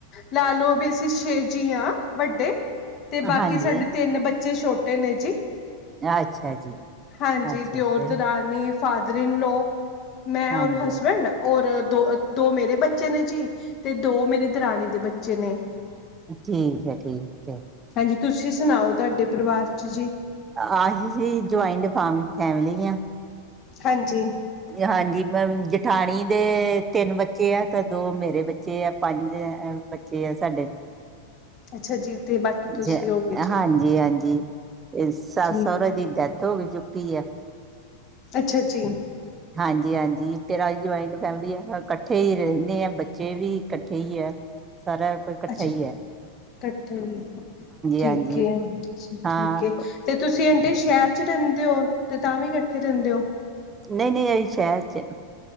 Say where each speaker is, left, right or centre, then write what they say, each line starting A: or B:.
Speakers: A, on the left; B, on the right.
A: ਲਾ ਲਓ ਵੀ ਅਸੀਂ ਛੇ ਜੀ ਆ ਵੱਡੇ ਤੇ ਬਾਕੀ
B: ਹਾਂਜੀ
A: ਸਾਡੇ ਤਿੰਨ ਬੱਚੇ ਛੋਟੇ ਨੇ ਜੀ,
B: ਅੱਛਾ ਜੀ
A: ਹਾਂਜੀ
B: ਅੱਛਾ
A: ਦਿਓਰ,
B: ਅੱਛਾ
A: ਦਰਾਣੀ ਫਾਦਰ ਇਨ ਲੋ, ਮੈਂ
B: ਹਾਂਜੀ
A: ਔਰ ਹਸਬੈਂਡ ਔਰ ਦੋ ਦੋ ਮੇਰੇ ਬੱਚੇ ਨੇ ਜੀ ਤੇ ਦੋ ਮੇਰੀ ਦਰਾਣੀ ਦੇ ਬੱਚੇ ਨੇ।
B: ਠੀਕ ਐ ਠੀਕ ਐ।
A: ਹਾਂਜੀ, ਤੁਸੀਂ ਸੁਣਾਓ ਤੁਹਾਡੇ ਪਰਿਵਾਰ ਚ ਜੀ?
B: ਆਹੀ ਜੀ ਜੁਆਇੰਟ ਫਮ ਫੈਮਲੀ ਆ।
A: ਹਾਂਜੀ।
B: ਹਾਂਜੀ, ਜਠਾਣੀ ਦੇ ਤਿੰਨ ਬੱਚੇ ਆ ਤੇ ਦੋ ਮੇਰੇ ਬੱਚੇ ਆ। ਪੰਜ ਬੱਚੇ ਆ ਸਾਡੇ।
A: ਅੱਛਾ ਜੀ ਤੇ ਬਾਕੀ ਤੁਸੀਂ
B: ਜ
A: ਹੋਗੇ ਜੀ
B: ਹਾਂਜੀ ਹਾਂਜੀ। ਸੱਸ,
A: ਜੀ
B: ਸਹੁਰੇ ਦੀ ਡੈਥ ਹੋ ਚੁੱਕੀ ਆ।
A: ਅੱਛਾ ਜੀ।
B: ਹਾਂਜੀ ਹਾਂਜੀ, ਤੇਰਾਂ ਜੁਆਇੰਟ ਫੈਮਲੀ ਐ ਇਕੱਠੇ ਹੀ ਰਹਿਣੇ ਆ, ਬੱਚੇ ਵੀ ਇਕੱਠੇ ਹੀ ਐ। ਸਾਰਾ ਪਰਿ ਕੱਠਾ
A: ਅੱਛਾ
B: ਹੀ ਐ‌।
A: ਇਕੱਠੇ ਹੀ, ਠੀਕ
B: ਹਾਂਜੀ
A: ਐ
B: ਹਾਂ
A: ਠੀਕ ਐ ਤੇ ਤੁਸੀਂ ਅੰਟੀ ਸ਼ਹਿਰ ਚ ਰਹਿੰਦੇ ਓ ਤੇ ਤਾਂ ਵੀ ਇਕੱਠੇ ਰਹਿੰਦੇ ਓ?
B: ਨਹੀਂ ਨਹੀਂ ਅਹੀ ਸ਼ਹਿਰ ਚ।